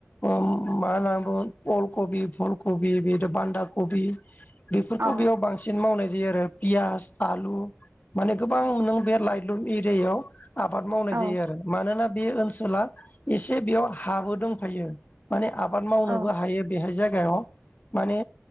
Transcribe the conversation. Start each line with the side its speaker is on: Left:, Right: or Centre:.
Left: ओम मा होनना बुङो अल कबि फुल कबि बिदि बान्दा कबि। बेफोरखौ
Right: औ
Left: बेयाव बांसिन मावनाय जायो आरो पियास आलु। माने गोबां नों बे लाइलुन एरियायाव आबाद मावनाय
Right: औ
Left: जायो आरो मानोना बे ओनसोला एसे बेयाव हाबो दंफायो माने आ बाद मावनोबो
Right: औ
Left: हायो बेहाय जायगायाव माने